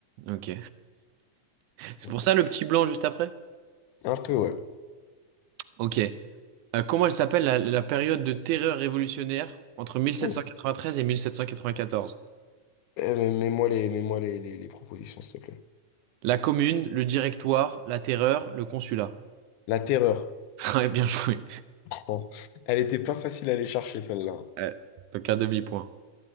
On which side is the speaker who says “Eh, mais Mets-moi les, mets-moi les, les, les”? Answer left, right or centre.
Left